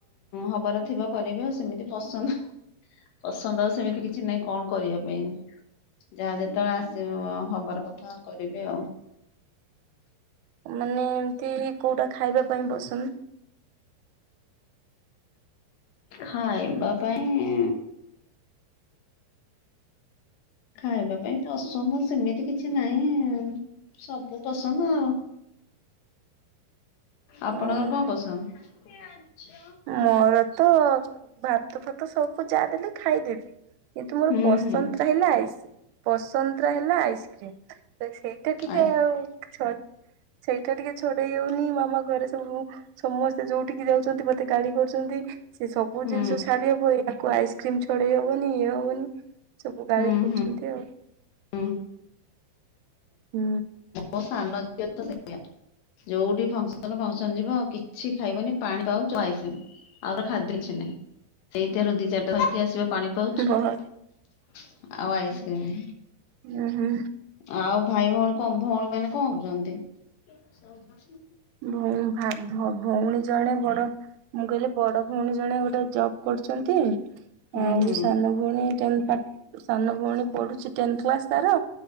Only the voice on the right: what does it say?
ମାନେ ଏମତି କୋଉଟା ଖାଇବା ପାଇଁ ବସନ୍?
ହଁ।
ମୋର ତ ଭାତ ଫାତ ସବୁ ଯା ଦେଲେ ଖାଇଦେବି। କିନ୍ତୁ ମୋର
ପସନ୍ଦଟା
ହେଲା ଆଇସ୍। ପସନ୍ଦରା ହେଲା ଆଇସ୍କ୍ରିମ ତ ସେଇଟା ଟିକେ
ଛ ସେଇଟା ଟିକେ ଛଡ଼େଇ ହଉନି ମାମା ଘରେ ସବୁ ସମସ୍ତେ ଯୋଉଠିକି ଯାଉଚନ୍ତି ତେ ଗାଳି କରୁଛନ୍ତି। ସେ ସବୁ
ଜିନିଷ ଛାଡ଼ି ହବ ଇୟାକୁ ଆଇସ୍କ୍ରିମ ଛଡ଼େଇ ହବନି ଇଏ ହବନି। ସବୁ ଗାଳି
କରୁଛନ୍ତି
ଆଉ।
ହୁଁ।
ବହତ
ହୁଁ ହୁଁ।
<unintelligible> ଭ ଭଉଣୀ ଜଣେ ବଡ଼ ମୁଁ କହିଲି ବଡ଼ ଭଉଣୀ ଜଣେ ଗୋଟେ ଜବ୍ କରୁଛନ୍ତି।
ଆଉ
ସାନ ଭଉଣୀ ଟେନ ସାନ ଭଉଣୀ ପଢ଼ୁଛି ଟେନଥ କ୍ଲାସ ତାର।